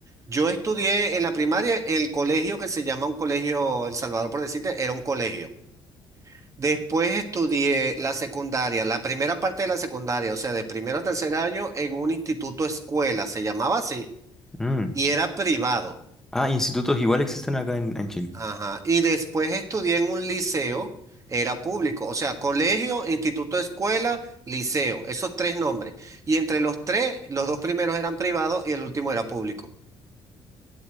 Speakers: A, on the right; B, in the centre.
A: Yo estudié en la primaria el colegio que se llama un colegio El Salvador, por decirte, era un colegio. Después estudié la secundaria, la primera parte de la secundaria, o sea, de primero a tercer año en un instituto escuela, se llamaba así,
B: Mm.
A: y era privado.
B: Ah, institutos igual existen acá en, en Chile.
A: Ajá. Y después estudié en un liceo, era público, o sea, colegio, instituto, escuela, liceo, esos tres nombres. Y entre los tres, los dos primeros eran privados y el último era público.